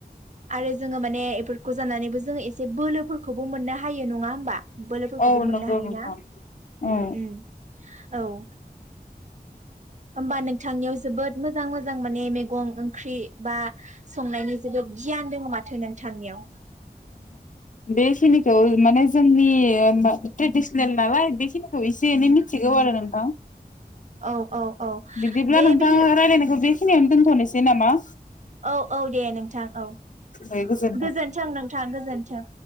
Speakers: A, on the right; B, on the left.
A: आरो जोङो माने एफोरखौ जानानैबो जोङो एसे बोलोफोरखौबो मोननो हायो नङा होमबा? बोलोफोरखौबो
B: औ
A: मोननो
B: नंगौ
A: हायोना?
B: नोंथां
A: ओम
B: औ
A: ओम । औ ओमबा नोंथांनियाव जोबोद मोजां मोजां माने मेगं ओंख्रि बा संनायनि जोबोद गियान दङ माथो नोंथांनियाव
B: बेखिनिखौ माने जोंनि ओम ट्रेडिसनेल नालाय बेखिनिखौ एसे एनै मिथ थिगौ आरो नोंथां
A: औ औ औ
B: बिदिब्ला
A: दे
B: नोंथां
A: बिदि
B: रायलायनायखौ बे खिनियावनो दोनथ'नोसै नामा
A: औ औ दे नोंथां औ
B: दे गोजोनथों
A: गोजोन्थों नोंथां गोजोन जोनथों